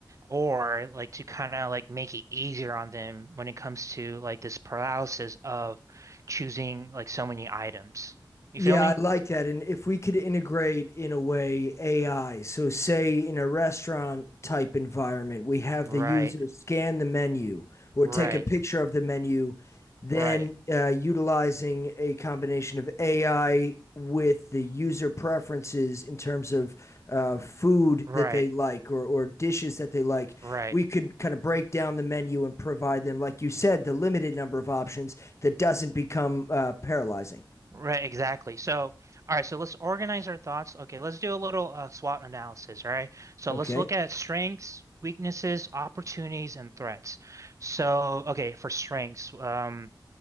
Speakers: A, on the right; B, on the left.
A: or like to kind of like make it easier on them when it comes to like this paralysis of choosing like so many items. You
B: Yeah,
A: feel me?
B: I like that. And if we could integrate in a way AI, so say in a restaurant type environment, we have
A: Right,
B: the user scan the menu or
A: right,
B: take a picture of the menu, then
A: right,
B: uh, utilizing a combination of AI with the user preferences in terms of uh, food
A: right,
B: that they like or, or dishes that they like,
A: right,
B: we could kind of break down the menu and provide them, like you said, the limited number of options that doesn't become uh, paralyzing.
A: right, exactly. So, all right, so let's organize our thoughts. Okay, let's do a little uh, SWOT analysis, all right? So
B: Okay.
A: let's look at strengths, weaknesses, opportunities, and threats. So, okay, for strengths, um,